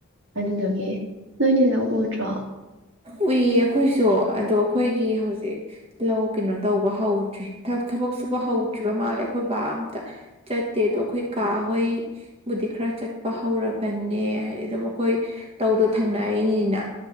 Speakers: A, on the right (about 65°); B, on the right (about 30°).
A: ꯑꯗꯨꯗꯨꯒꯤ ꯅꯣꯏꯗꯤ ꯂꯧ ꯎꯗ꯭ꯔꯣ
B: ꯎꯏꯌꯦ ꯑꯩꯈꯣꯏꯁꯨ ꯑꯗꯣ ꯑꯩꯈꯣꯏꯒꯤ ꯍꯧꯖꯤꯛ ꯂꯧ ꯀꯩꯅꯣ ꯇꯧꯕ ꯍꯧꯗ꯭ꯔꯤ ꯊꯕꯛ ꯁꯨꯕ ꯍꯧꯗ꯭ꯔꯤꯕ ꯃꯥꯜꯂꯦ ꯑꯩꯈꯣꯏ ꯕꯥ ꯑꯝꯇ ꯆꯠꯇꯦ ꯑꯗꯣ ꯑꯩꯈꯣꯏ ꯀꯥ ꯍꯣꯏ ꯕꯨꯗꯤ ꯈꯔ ꯆꯠꯄ ꯍꯧꯔꯕꯅꯦ ꯍꯥꯏꯗꯤ ꯑꯗꯨꯝ ꯃꯈꯣꯏ ꯇꯧꯗꯣ ꯊꯪꯅꯔꯤꯅꯤꯅ